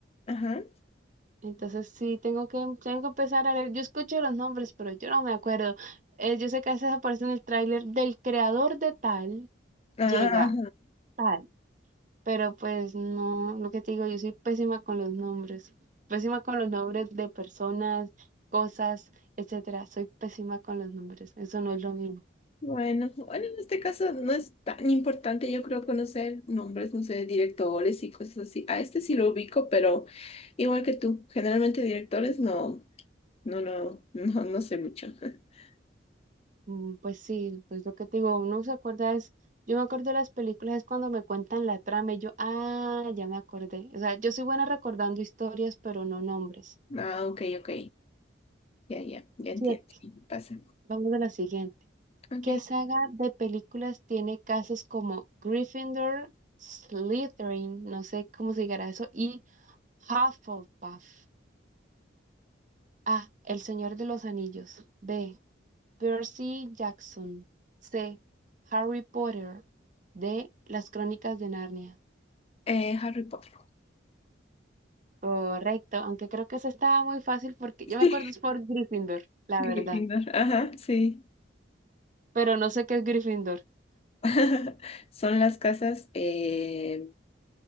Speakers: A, on the left (about 30°); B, on the right (about 40°).
A: Ajá.
B: entonces sí tengo que, tengo que empezar a leer. Yo escucho los nombres, pero yo no me acuerdo. Eh, yo sé que a veces aparece en el tráiler del creador de tal,
A: Ajá.
B: llega tal, pero pues no, lo que te digo, yo soy pésima con los nombres, pésima con los nombres de personas, cosas, etcétera. Soy pésima con los nombres, eso no es lo mío.
A: Bueno, bueno, en este caso no es tan importante, yo creo, conocer nombres, no sé, directores y cosas así. A este sí lo ubico, pero igual que tú, generalmente directores no, no, no, <laughs> no, no sé mucho. <laughs>
B: Mm, Pues sí, pues lo que te digo, uno se acuerda es, yo me acuerdo de las películas es cuando me cuentan la trama y yo, ah, ya me acordé. O sea, yo soy buena recordando historias, pero no nombres.
A: Ah, ok, ok, ya, ya, ya
B: Siete,
A: entiendo, pasa.
B: vamos a la siguiente.
A: Ok,
B: ¿Qué saga de películas tiene casas como Gryffindor, Slytherin, no sé cómo se llegará eso, y Hufflepuff? A, El Señor de los Anillos. B, Percy Jackson. C, Harry Potter. D, Las Crónicas de Narnia.
A: eh, Harry Potter.
B: Correcto, aunque creo que eso estaba muy fácil porque yo
A: <laughs>
B: me acuerdo es por Gryffindor, la
A: Gryffindor,
B: verdad,
A: ajá, sí.
B: pero no sé qué es Gryffindor.
A: <laughs> Son las casas, eh,